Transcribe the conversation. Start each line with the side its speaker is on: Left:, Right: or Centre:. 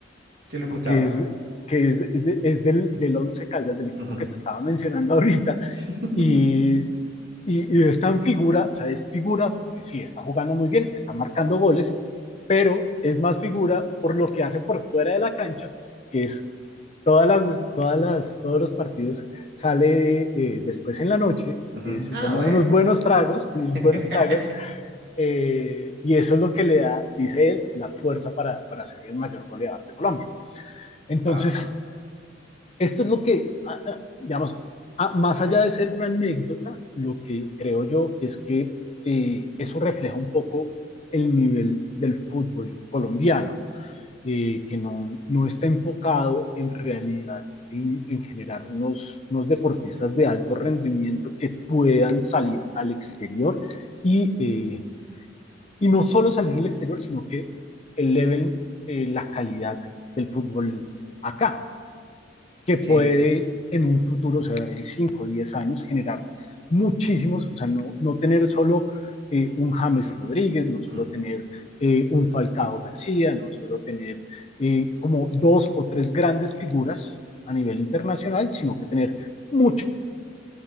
Right: Sí, lo he escuchado.
Left: que es, que es, es, de, es del, del Once Caldas, del equipo
Right: Ujú,
Left: que te estaba mencionando ahorita.
Right: <laughs>
Left: Y, y, y está en figura, o sea, es figura porque sí, está jugando muy bien, está marcando goles, pero es más figura por lo que hace por fuera de la cancha, que es todas las, todas las, todos los partidos sale eh, después en la noche,
Right: ujú.
Left: eh, se
Right: Ah,
Left: toma
Right: bueno.
Left: unos buenos tragos, unos
Right: <laughs>
Left: buenos tragos, eh, y eso es lo que le da, dice él, la fuerza para, para ser el mayor goleador de Colombia. Entonces,
Right: Wow.
Left: esto es lo que, ah, ah, digamos, ah, más allá de ser una anécdota, lo que creo yo es que eh, eso refleja un poco el nivel del fútbol colombiano, eh, que no, no está enfocado en realidad en, en generar unos, unos deportistas de alto rendimiento que puedan salir al exterior y, eh, y no solo salir al exterior, sino que eleven eh, la calidad del fútbol acá que puede
Right: Sí.
Left: en un futuro, o sea, en 5 o 10 años, generar muchísimos, o sea, no, no tener solo eh, un James Rodríguez, no solo
Right: mm,
Left: tener eh, un Falcao García, no solo tener eh, como dos o tres grandes figuras a nivel internacional, sino que tener muchos,